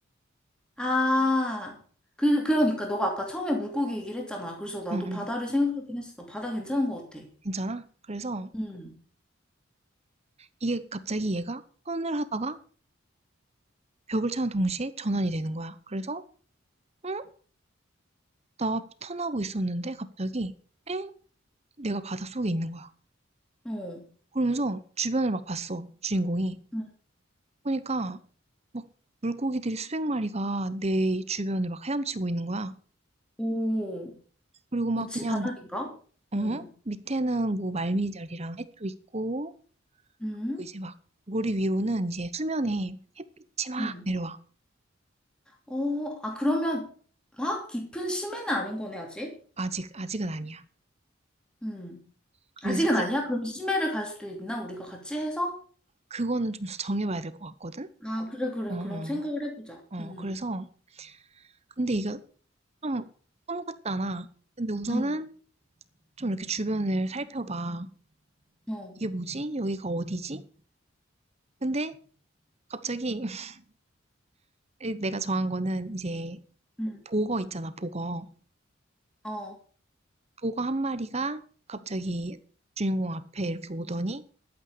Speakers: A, in the centre; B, on the right.
A: 아, 그, 그러니까 너가 아까 처음에 물고기 얘기를 했잖아. 그래서 나도
B: 응응.
A: 바다를 생각하긴 했어. 바다 괜찮은 것 같아.
B: 괜찮아? 그래서
A: 응.
B: 이게 갑자기 얘가 턴을 하다가 벽을 차는 동시에 전환이 되는 거야. 그래서 응? 나 턴하고 있었는데 갑자기 엥? 내가 바닷속에 있는 거야.
A: 어.
B: 그러면서 주변을 막 봤어, 주인공이.
A: 응.
B: 보니까 막 물고기들이 수백 마리가 내 주변을 막 헤엄치고 있는 거야.
A: 오.
B: 그리고 막
A: 그치,
B: 그냥,
A: 바다니까?
B: 어?
A: 응,
B: 밑에는 뭐 말미잘이랑 해초 있고,
A: 응?
B: 그리고 이제 막 머리 위로는 이제 수면에 햇빛이 막
A: 응.
B: 내려와.
A: 어, 아, 그러면 막 깊은 심해는 아닌 거네, 아직?
B: 아직, 아직은 아니야.
A: 응
B: 그래서
A: 아직은
B: 그,
A: 아니야? 그럼 심해를 갈 수도 있나? 우리가 같이 해서?
B: 그거는 좀 정해봐야 될 것 같거든?
A: 아, 그래, 그래.
B: 어, 어,
A: 그럼 생각을 해보자.
B: 어.
A: 응
B: 그래서, 근데 이거 좀, 꿈 같잖아. 근데 우선은
A: 응,
B: 좀 이렇게 주변을 살펴봐.
A: 어.
B: 이게 뭐지? 여기가 어디지? 근데 갑자기 <laughs> 내가 정한 거는 이제
A: 응.
B: 보거 있잖아, 보거.
A: 어.
B: 보거 한 마리가 갑자기 주인공 앞에 이렇게 오더니